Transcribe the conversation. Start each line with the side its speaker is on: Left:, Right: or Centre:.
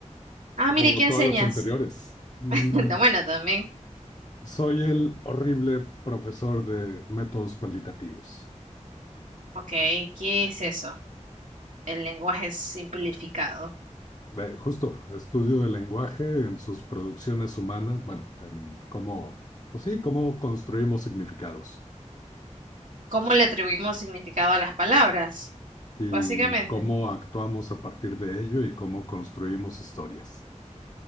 Right: Ah, mire,
Left: o
Right: ¿qué enseñas?
Left: todas las anteriores. Mm,
Right: <laughs> Está Bueno, también.
Left: soy el horrible profesor de métodos cualitativos.
Right: Ok, ¿qué es eso? El lenguaje simplificado.
Left: Eh, justo, estudio del lenguaje en sus producciones humanas, bueno, en cómo, pues sí, cómo construimos significados
Right: ¿Cómo le atribuimos significado a las palabras?
Left: y
Right: Básicamente.
Left: cómo actuamos a partir de ello y cómo construimos historias.